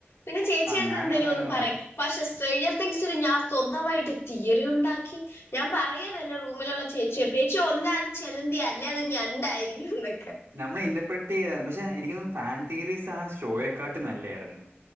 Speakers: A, on the left (about 75°); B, on the right (about 80°).
A: പിന്നെ ചേച്ചിയെടുത്ത്
B: ആ ഞാനും
A: എന്തേങ്കിലോന്ന്
B: അങ്ങനെ ഉള്ളു
A: പറയും പശസ് ചെയ്യറ്ത്തിങ്സിൽ ഞാൻ സ്വന്തമായിട്ട് തിയറി ഉണ്ടാക്കി ഞാൻ പറയറ് ന്റെ റൂമിലുള്ള ചേച്ചി ചേച്ചി ഒന്ന് അത് ചെലന്തി അല്ലേ അത് ഞണ്ടായിരിക്കും
B: നമ്മള് ഇന്റർപ്രിറ്റ്യ്യാ പക്ഷെ എനിക്ക് തോൻ ഫാൻ തിയറീസ് ആ ഷോയെക്കാട്ടും നല്ലേർന്നു